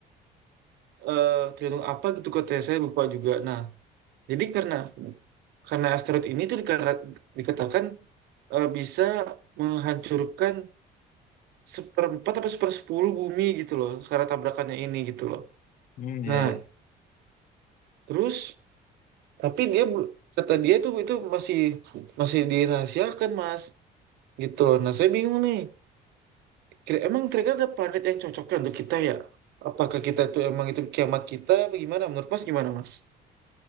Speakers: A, on the right (about 75°); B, on the left (about 55°).
A: eh, tergantung apa gitu katanya saya lupa juga nah Jadi karena karena asteroid ini tuh dikara- dikatakan eh, bisa menghancurkan seperempat atau sepersepuluh bumi gitu loh karena tabrakannya ini gitu loh.
B: Hmm, iya,
A: Nah,
B: iya.
A: terus tapi dia bel- kata dia itu itu masih masih dirahasiakan Mas gitu loh. Nah, saya bingung nih. Kira- emang kira-kira ada planet yang cocoknya untuk kita ya? Apakah kita tuh emang itu kiamat kita apa gimana? Menurut Mas gimana Mas?